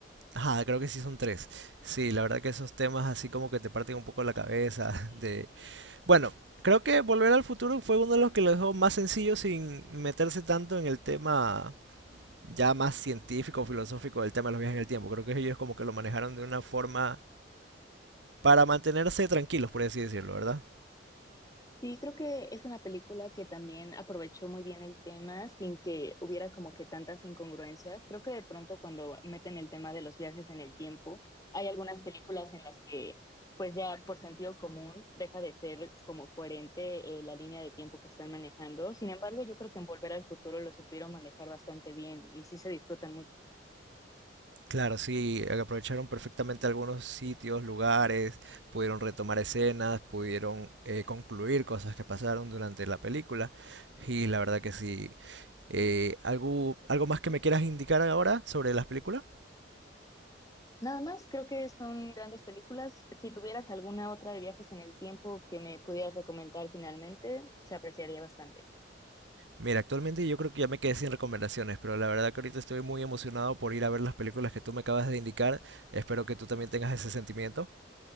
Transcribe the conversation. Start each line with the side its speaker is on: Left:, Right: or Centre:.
Right: Ajá, creo que sí son tres. Sí, la verdad que esos temas así como que te parten un poco la cabeza <laughs> de... Bueno, creo que Volver al Futuro fue uno de los que lo dejó más sencillo sin meterse tanto en el tema ya más científico, filosófico del tema de los viajes en el tiempo. Creo que ellos como que lo manejaron de una forma para mantenerse tranquilos, por así decirlo, ¿verdad?
Left: Sí, creo que es una película que también aprovechó muy bien el tema sin que hubiera como que tantas incongruencias. Creo que de pronto cuando meten el tema de los viajes en el tiempo, hay algunas películas en las que pues ya por sentido común deja de ser como coherente eh, la línea de tiempo que están manejando. Sin embargo, yo creo que en Volver al Futuro lo supieron manejar bastante bien y sí se disfrutan mucho.
Right: Claro, sí, aprovecharon perfectamente algunos sitios, lugares, pudieron retomar escenas, pudieron eh, concluir cosas que pasaron durante la película. Y la verdad que sí, Eh, ¿algo, ¿Algo más que me quieras indicar ahora sobre las películas?
Left: Nada más, creo que son grandes películas. Si tuvieras alguna otra de viajes en el tiempo que me pudieras recomendar finalmente, se apreciaría bastante.
Right: Mira, actualmente yo creo que ya me quedé sin recomendaciones, pero la verdad que ahorita estoy muy emocionado por ir a ver las películas que tú me acabas de indicar. Espero que tú también tengas ese sentimiento.